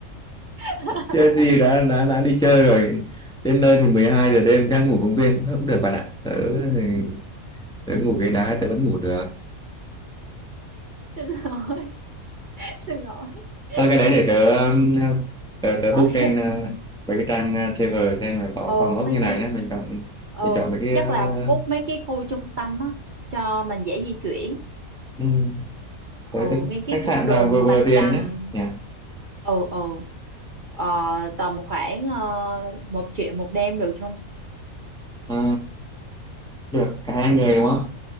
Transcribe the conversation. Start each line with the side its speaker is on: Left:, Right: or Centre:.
Right: <laughs>
Centre: chơi gì đã đã đã đi chơi rồi đến nơi thì 12 giờ đêm đang ngủ công viên thôi cũng được bạn ạ tớ thì- tớ ngủ ghế đá tớ vẫn ngủ được
Right: xin lỗi <laughs> xin lỗi <laughs>
Centre: Thôi cái đấy để tớ, um, tớ, tớ
Right: ok
Centre: book trên uh, mấy cái trang uh, travel xem là có
Right: ờ,
Centre: phòng ốc
Right: mấy
Centre: như nào
Right: cái
Centre: nhé. Mình chọn
Right: ờ,
Centre: mình chọn mấy cái
Right: chắc là bút
Centre: uh,
Right: mấy cái khu trung tâm á cho mình dễ di chuyển
Centre: ừm,
Right: ờ,
Centre: tớ sẽ
Right: ngay
Centre: khách
Right: cái khu
Centre: sạn
Right: đường
Centre: nào vừa vừa
Right: Bạch
Centre: tiền
Right: Đằng
Centre: nhé. Nhỉ?
Right: ừ ừ ờ, tầm khoảng ờ, một triệu một đêm được không
Centre: Ờ, được cả hai người đúng không?